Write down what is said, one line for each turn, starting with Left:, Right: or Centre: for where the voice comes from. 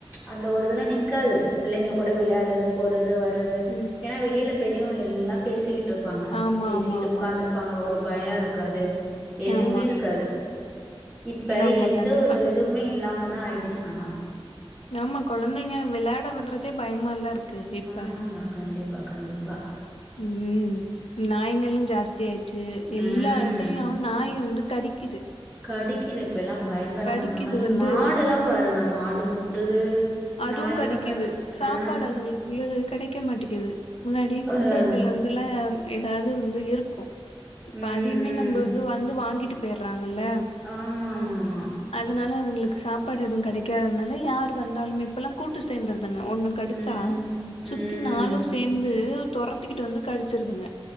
Right: அந்த ஒரு இதெல்லா நிக்காது பிள்ளைங்க கூட விளையாடுறது போறது வர்றது
Left: ம்
Right: ஏனா வெளில பெரியவங்க எல்லா பேசிகிட்டு இருப்பாங்க
Left: ஆமா
Right: பேசிகிட்டு
Left: ஆமா ஆமா
Right: உக்காந்துரு ப்பாங்க ஒரு பயோ இருக்காது எதுமே
Left: ஆமா
Right: இருக்காது இப்ப
Left: ஆமா
Right: எந்த
Left: கண்டிப்பா
Right: ஒரு இதுமே இல்லாமதா ஆயிடுச்சு ஆனா
Left: ஆமா கொழந்தைங்க வெளாட விடுறதே பயமால்ல இருக்கு இப்ப
Right: ஆமாமா கண்டிப்பா கண்டிப்பா
Left: ம் நாய்ங்களு ஜாஸ்தி ஆயிச்சு எல்லா
Right: ம்
Left: எடத்துலயு நாய்ங்க வந்து கடிக்குது
Right: கடிக்குது இப்ப எல்லா பயங்கரமா
Left: கடிக்குது
Right: நாயி
Left: வந்து
Right: மாடெல்லாம் பாருங்க மாடு முட்டுது
Left: அதுவும்
Right: நாயெல்லா
Left: கடிக்குது
Right: கடிக்கு
Left: சாப்பாடு
Right: ஆ
Left: அதுங்களுக்குள்ளது கெடைக்க மாட்டிகுது முன்னாடி குப்பைகள்லந்து
Right: அதா அதா
Left: எதாவது வந்து இருக்கு இப்ப
Right: ம்
Left: அதையுமே நம்ம
Right: ம்
Left: வந்து வாங்கிட்டு போய்ர்றாங்கல்ல
Right: ஆமாமாமா
Left: அதுனால அதுங்களுக்கு சாப்பாடு எதுவு கெடைக்காததுனால யாரு வந்தாலுமே இப்பெல்லா கூட்டு சேந்துருதுங்க ஒண்ணு கடிச்சா
Right: ம்
Left: சுத்தி
Right: ம்
Left: நாளு சேந்து தொற த்திகிட்டு வந்து கடிச்சிருதுங்க